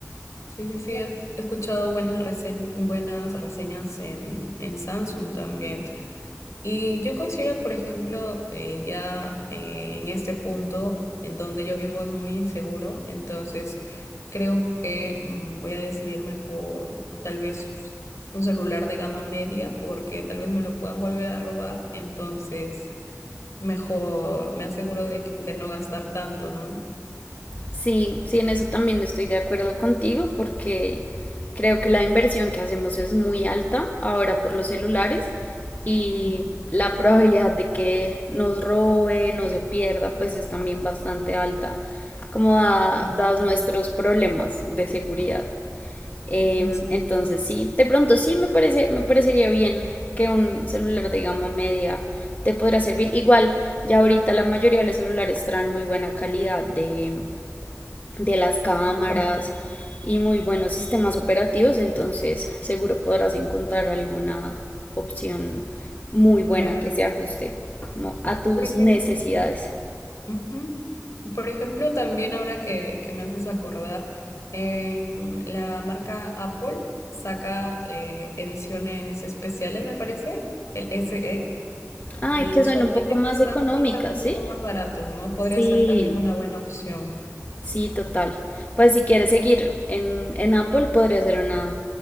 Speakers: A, on the left; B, on the left.
A: Sí, sí, sí, he es- he escuchado buenas, resen- buenas reseñas en, en Samsung también. Y yo considero, por ejemplo, eh, ya eh, en este punto en donde yo vivo es muy inseguro, entonces creo que mm, voy a decidirme por tal vez un celular de gama media porque tal vez me lo puedan volver a robar, entonces mejor me aseguro de, que- de no gastar tanto, ¿no?
B: Sí, sí, en eso también estoy de acuerdo contigo porque creo que la inversión que hacemos es muy alta ahora por los celulares y
A: Ujú,
B: la probabilidad de que nos roben o se pierda pues es también bastante alta, como da-
A: Bien,
B: dados nuestros problemas de seguridad. Em,
A: exacto.
B: entonces sí, de pronto sí me parece, me parecería bien que un celular de gama media te podrá servir. Igual, ya ahorita la mayoría de los celulares traen muy buena calidad de de las cámaras
A: Ah,
B: y muy buenos sistemas operativos, entonces seguro podrás encontrar alguna opción muy buena
A: Claro.
B: que se ajuste como a tus
A: Por ejemplo,
B: necesidades.
A: Ujú. Por ejemplo, también ahora que, que me haces acordar, en la marca Apple saca eh, ediciones especiales, me parece, el SE,
B: Ay,
A: y
B: que
A: usualmente
B: son un poco más
A: cuestan,
B: económicas,
A: cuestan un poco
B: ¿sí?
A: más baratos, ¿no? Podría
B: Sí,
A: ser también una buena opción.
B: sí, total. Pues si quieres seguir en, en Apple podría ser una